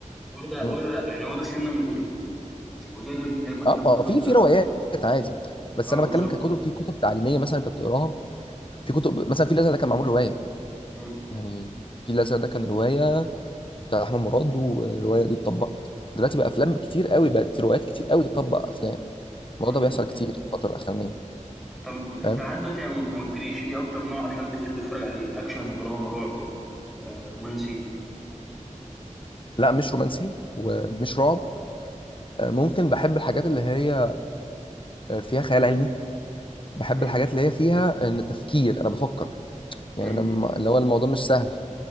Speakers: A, in the centre; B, on the left.
A: واخده
B: إمم.
A: واخده يعني واخده سنه من الكتب فاهم وزي زي الكتاب ما الكتاب
B: اه ما
A: برضه
B: هو في
A: بيبقى
B: في روايات عادي بس
A: اه
B: انا
A: بالظبط
B: بتكلم ككتب في كتب تعليميه مثلا انت بتقراها في كتب مثلا في الازرق ده كان معمول روايه
A: مم.
B: يعني في الازرق ده كان روايه بتاع احمد مراد والروايه دي اتطبقت دلوقتي بقى افلام كتير قوي بقت روايات كتير قوي تطبق افلام
A: مم.
B: الموضوع ده بيحصل كتير في الفتره الاخرانيه
A: طب انت
B: فاهم
A: لحد دلوقتي ما ما قلتليش ايه اكتر نوع افلام بتحب تتفرج عليه اكشن دراما رعب آه، رومانسي
B: لا مش رومانسي ومش رعب آه، ممكن بحب الحاجات اللي هي آه، فيها خيال علمي بحب
A: مم.
B: الحاجات اللي هي فيها ان تفكير انا بفكر
A: مم.
B: يعني انا م- اللي هو الموضوع مش سهل